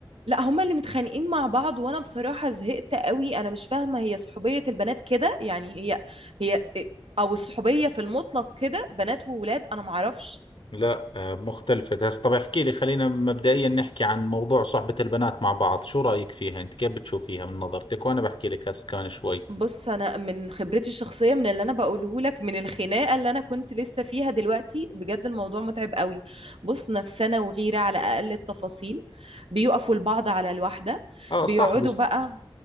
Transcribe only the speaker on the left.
لا آه، مختلفة هسه طب احكي لي خلينا مبدئيا نحكي عن موضوع صحبة البنات مع بعض شو رأيك فيها؟ أنت كيف بتشوفيها من نظرتك؟ وأنا بحكي لك هسه كمان شوي
آه
صح بس